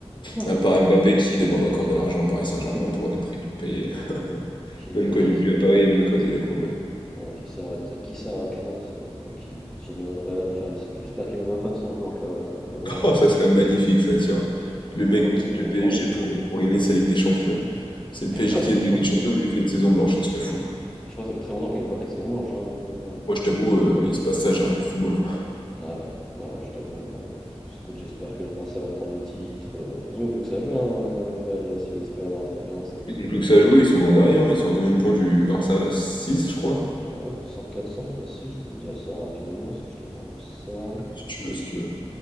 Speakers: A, in the centre; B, on the left.
A: Non
B: À
A: cette
B: part
A: année
B: Mbappé qui demande encore de l'argent au Paris Saint-Germain
A: oui,
B: pour des primes non payées.
A: qu'il,
B: Même
A: heu,
B: quand
A: qu'il
B: il est plus à Paris, il vient causer des problèmes.
A: Bon, qui s'arrête, qui s'arrête là, c'est bon, qui continue le Real à faire une... J'espère qu'ils vont bien faire une saison blanche, le Real, ça me ferait bien
B: <laughs>
A: rire.
B: Oh, ça serait magnifique ça, tiens.
A: Je crois
B: Le
A: qu'ils
B: mec
A: n'ont pas fait
B: quitte
A: une saison
B: le PSG
A: blanche depuis...
B: pour, pour gagner sa Ligue des Champions. C'est le
A: <laughs>
B: PSG
A: Parce
B: qui gagne
A: que je
B: la
A: crois
B: Ligue
A: que
B: des Champions,
A: ça fait...
B: lui il fait une saison
A: Hmm.
B: blanche, ça serait fou.
A: Je crois que ça fait très longtemps qu'ils n'ont pas fait de saison blanche. Hein, les- euh,
B: Moi je t'avoue, euh, il se passe ça, j'arrête le football. hein.
A: Ah ouais, Ah, je t'avoue, là, non, mais écoute, j'espère que le Barça va prendre le titre. euh, De toute façon, ils n'ont plus que ça à jouer, hein, le Real, là, s'ils veulent espérer avoir un trophée, hein, c'est qu'ils
B: Ils
A: doivent
B: ont plus
A: prendre.
B: que ça à jouer, ils sont loin derrière, hein. Ils sont à combien de points du, du Barça? six je crois.
A: Oh, 5 4 facile, je peux te dire ça rapidement si je te trouve ça.
B: Si tu veux, si tu veux.